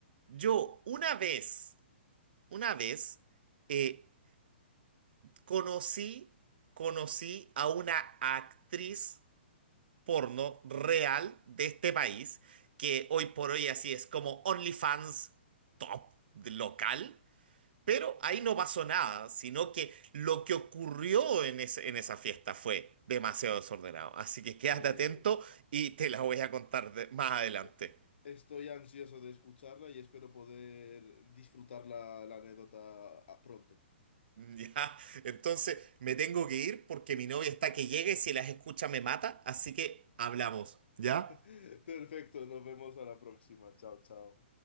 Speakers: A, on the right; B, on the left.
A: yo una vez, una vez, eh, conocí, conocí a una actriz porno real de este país, que hoy por hoy así es como OnlyFans top local. Pero ahí no pasó nada, sino que lo que ocurrió en, ese- en esa fiesta fue demasiado desordenado. Así que quédate
B: Pues
A: atento y te la voy a contar de- más adelante.
B: eh, estoy
A: <laughs>
B: ansioso de escucharla y espero poder disfrutar la, la anécdota ah, pronto.
A: Ya, entonces me tengo que ir porque mi novia está que llega y si las escucha me mata, así que hablamos. ¿Ya?
B: <laughs> Perfecto, nos vemos a la próxima. Chao, chao.